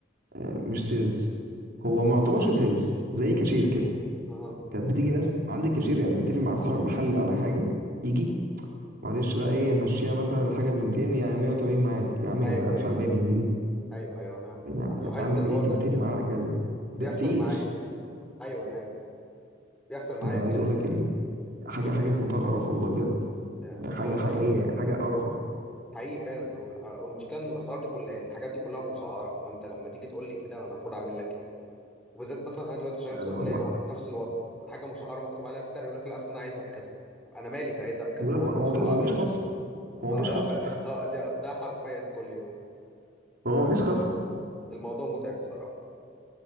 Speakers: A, on the right (about 55°); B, in the centre.
A: آه، مش سيلز هو ما يعتبرش سيلز زي كاشير كده
B: اها
A: كانت بتيجي ناس عند الكاشير يعني متفق مع صاحب المحل على حاجه يجي معلش بقى ايه مشيها مثلا الحاجه ب 200 يعني 180 معاك يا عم يعني
B: ايوه
A: أنا ادفع
B: ايوه
A: الباقي من جيبي
B: ايوه ايوه انا
A: يعني يعني
B: لاحظت
A: اعمل
B: الحوار
A: ايه انت متفق
B: ده
A: معايا على كذا ده
B: بيحصل
A: كتير
B: معايا ايوه ايوه بيحصل معايا
A: انا
B: الكلام
A: عايز اقول لك
B: ده
A: إن حاجه حاجه في منتهى القرف والله بجد
B: يعني
A: حاجه
B: ما هو المشكله
A: حقيقيه حاجه قرفه
B: حقيقي فعلا هو ال- هو المشكله ان الاسعار دي كلها يعني الحاجات دي كلها مسعره فانت لما تيجي تقول لي كده انا المفروض اعمل لك ايه وبالذات مثلا انا دلوقتي شغال
A: يعني
B: في صيدليه
A: والله
B: هو نفس الوضع الحاجه مسعره مكتوب عليها السعر يقول لك لا اصل انا عايزها بكذا طب انا مالي انت عايزها بكذا
A: بقول
B: هو
A: لك هو
B: مسعره
A: مفيش- هو مفيش خصم هو
B: اه
A: مفيش
B: لا
A: خصم
B: ب... اه ده ده حرفيا كل يوم
A: هو
B: فالموضوع
A: مفيش خصم
B: الموضوع متعب بصراحه